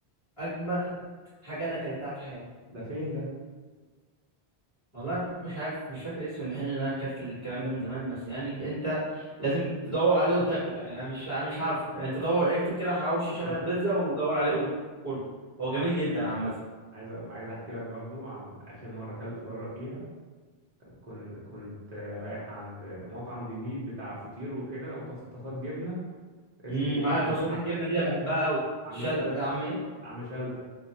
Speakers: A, on the left (about 30°); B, on the right (about 45°).
A: اجمد حاجه انا اكلتها في حياتي
B: ده فين ده
A: والله مش عارف مش فاكر اسم المحل اللي انا اكلت الكلام ده من زمان بس يعني انت لازم تدور عليه وتاكله يعني انا مش انا مش عارف يعني تدور اكتب كده حواوشي شبه
B: <laughs>
A: البيتزا ودور عليه وكله هو جميل جدا عامه
B: عايز أ- عايز احكي لك برضو عن اخر مره اكلت بره فيها كنت كنت رايح عند مطعم جديد بتاع فطير وكده وطاسات جبنه اسمه
A: امم معايا
B: عم
A: طاسات
B: ش...
A: الجبنه دي أنا بحبها قوي
B: عم
A: شل...
B: شلتت
A: عم ايه
B: عم شلتت